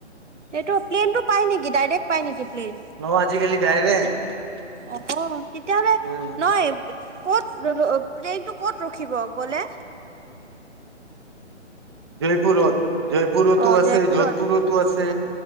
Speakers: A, on the right (about 75°); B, on the right (about 20°).
A: এইটো, প্লেনটো পাই নেকি, ডাইৰেক্ট পাই নেকি? প্লেন?
B: অ', আজিকালি ডাইৰেক্ট। <inaudible>
A: অ', তেতিয়াহ'লে,
B: উম
A: নয় ক'ত, প্লেনটো ক'ত ৰখিব গ'লে
B: জয়পুৰত জয়পুৰতো
A: অ,
B: আছে
A: জয়পুৰত,
B: যোধপুৰতো আছে